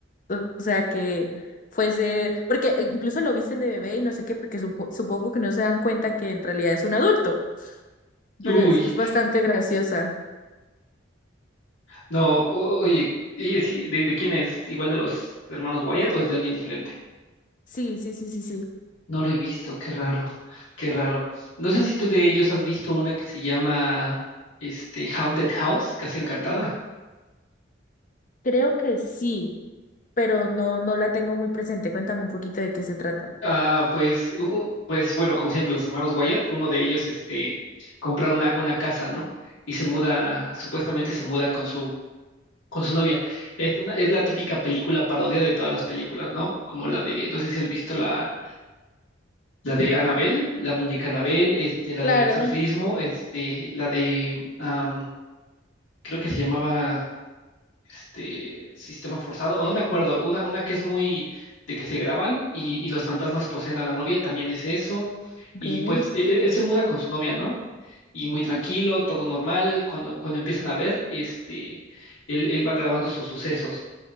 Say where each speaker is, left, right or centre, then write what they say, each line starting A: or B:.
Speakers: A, on the left; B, on the left.
A: o sea, que fuese, porque incluso lo visten de bebé y no sé qué, porque supo- supongo que no se dan cuenta que en realidad es un adulto, pero
B: Uy,
A: es, es bastante graciosa.
B: no, o- oye, y sí, ¿de, de quién es? ¿Igual de los hermanos Wyatt o es de alguien diferente?
A: Sí, sí, sí, sí, sí.
B: No lo he visto, qué raro, qué raro. No sé si tú de ellos has visto una que se llama este Haunted House, Casa Encantada.
A: Creo que sí, pero no, no la tengo muy presente. Cuéntame un poquito de qué se trata.
B: Ah, pues, u- pues bueno, como siempre, los hermanos Wyatt, uno de ellos este compra una, una casa, ¿no? Y se muda, supuestamente se muda con su con su novia. Es una, es la típica película parodia de todas las películas, ¿no? Como la de, no sé si has visto la, la de Annabelle, la muñeca Annabelle, este, la
A: Claro.
B: del exorcismo, este, la de, am, creo que se llamaba, este, Sistema Forzado, o no me acuerdo, una, una que es muy de que se graban y, y los fantasmas poseen a la novia, también es eso.
A: Okay,
B: Y pues e- e- él, se muda con su novia, ¿no? Y muy tranquilo, todo normal. Cuando, cuando empiezan a ver, este, él, él va grabando sus sucesos